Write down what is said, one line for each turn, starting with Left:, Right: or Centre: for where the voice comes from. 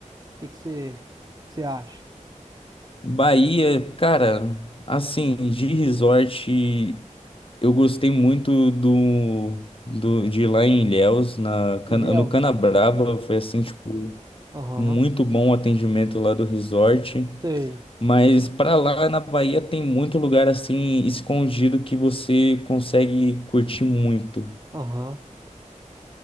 Right: que que você, que você acha?
Left: Bahia, cara, assim, de resort, eu gostei muito do, do de ir lá em Ilhéus, na, Cana-
Right: Ilhéus?
Left: no Canabrava, foi assim, tipo,
Right: Aham.
Left: muito bom o atendimento lá do resort.
Right: Sei.
Left: Mas pra lá na Bahia tem muito lugar assim escondido que você consegue curtir muito.
Right: Aham.